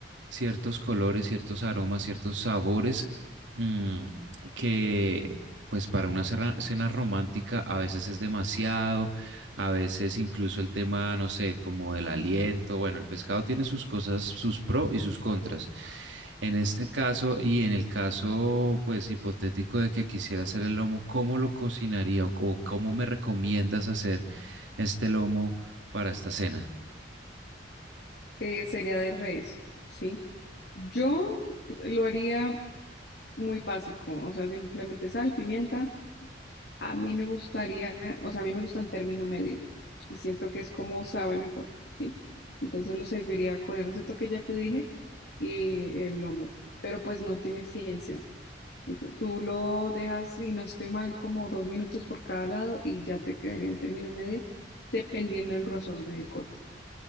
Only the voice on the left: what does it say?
eh, sería de res, ¿sí? Yo lo haría muy básico, o sea, simplemente sal, pimienta. A mí me gustaría, o sea, a mí me gusta en término medio y siento que es como sabe mejor, ¿sí? Entonces lo serviría con el risotto que ya te dije y el lomo, pero pues no tiene ciencia. Ento- tú lo dejas, y no estoy mal, como dos minutos por cada lado y ya te quedaría en término medio, dependiendo del grosor del corte.